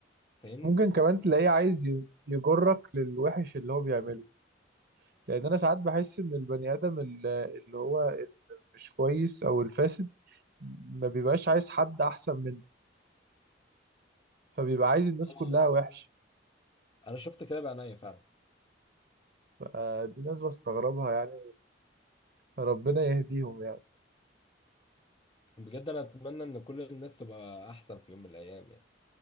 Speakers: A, on the left (about 25°); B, on the right (about 55°).
A: فاهمني
B: ممكن كمان تلاقيه عايز ي- يجرك للوحش اللي هو بيعمله لان انا ساعات بحس ان البني ادم ال- اللي هو مش كويس او الفاسد ما بيبقاش عايز حد احسن منه فبيبقى عايز الناس
A: اه
B: كلها وحش
A: انا شفت كده بعينيا فعلا
B: فدي ناس بستغربها يعني ربنا يهديهم يعني
A: بجد انا اتمنى ان كل الناس تبقى احسن في يوم من الايام يعني